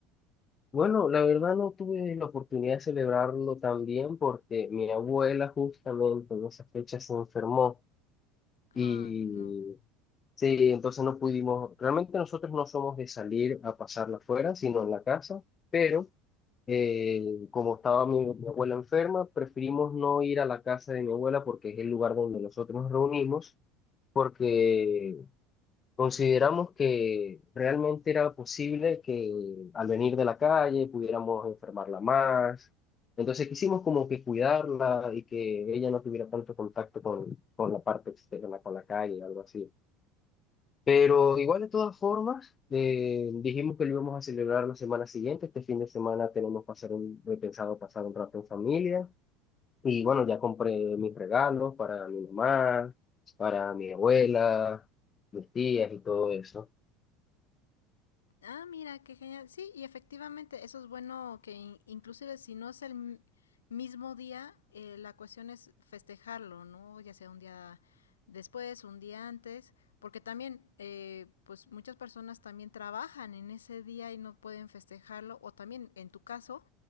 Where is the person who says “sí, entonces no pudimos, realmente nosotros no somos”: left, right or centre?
Left